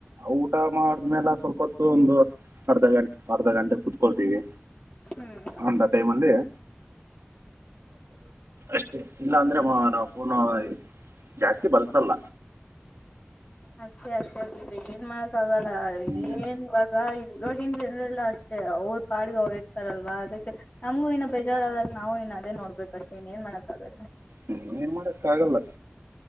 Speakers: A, on the right; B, on the left.
A: ಊಟ ಮಾಡ್ಮೇಲೆ ಸ್ವಲ್ಪತ್ತು ಒಂದು ಅರ್ಧ ಗಂಟೆ ಅರ್ಧ ಗಂಟೆ ಕುೂತ್ಕೊಳ್ತೀವಿ
B: ಹ್ಮ್
A: ಅಂದ ಟೈಮ್ಲ್ಲಿವಿ ಅಷ್ಟೇ ಇಲ್ಲಾ ಅಂದ್ರೆ ನಾವು ಅವನು ಜಾಸ್ತಿ ಬಳಸಲ್ಲ.
B: ಅತ ಅ ಏನ್ ಮಾಡಕ್ಕ ಆಾಗಲ್ಲ
A: ಹ್ಮ್,
B: ಏನ್ ಇವಾಗ ಇ ಇವವಾಗಿನ್ ಜನರೆಲ್ಲ ಅಷ್ಟ ಅ ಅವ್ರ ಪಾಗ ಅವ್ರು ಇರ್ತಾರಲ್ವಾ ಅದಕ್ಕೆ ನಮಗೂ ಇನ್ನ ಬೇಜಾರ ಆದಾಗ ನಾವು ಇನ್ನು ಅದೇ ನೋಡ್ಬೇಕಷ್ಟ ಇನ್ನ ಏನ್ ಮಾಡಕ್ ಆಾಗತ್ತೆ
A: ಹ ಮೇನು ಮಾಡರಕ್ಕ ಆಾಗಲ್ಲ